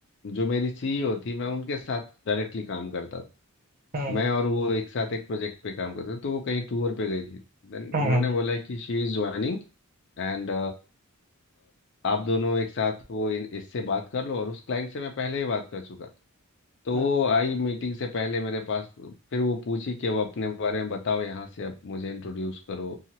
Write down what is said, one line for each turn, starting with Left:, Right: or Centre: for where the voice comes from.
Left: जो मेरी सीईओ थी मैं उनके साथ डायरेक्टली काम करता था
Right: हम्म
Left: मैं और वो एक साथ एक प्रोजेक्ट पे काम करते थे तो वो कहीं टूर पे गई थी देन उन्होंने
Right: हम्म,
Left: बोला कि शी इज ज्वाइनिंग एंड आप दोनों एक साथ वो इन- इससे बात कर लो और उस क्लाइंट से मैं पहले ही बात कर चुका था तो
Right: हम्म।
Left: वो आई मीटिंग से पहले मेरे पास फिर वो पूछी कि अब अपने बारे में बताओ यहाँ से अब मुझे इंट्रोड्यूस करो